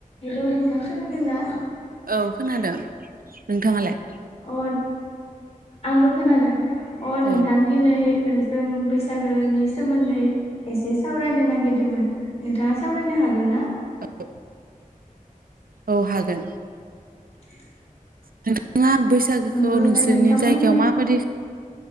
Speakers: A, on the left; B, on the right.
A: Hello नोंथां खोनादों ना?
B: औ खोनादों नोंथाङालाय
A: अ आंबो खोनादों अ नोंथां
B: औ
A: दिनै जों बैसागोनि सोमोन्दै एसे सावरायनो नागिरदोंमोन नोंथाङा सावरायनो हागोन ना?
B: औ औ हागोन।
A: <inaudible>
B: <unintelligible> बैसागोखौ
A: नंगौ नोंथां
B: नोंसोरनि
A: नोंथांमोननि
B: जायगायाव माबादि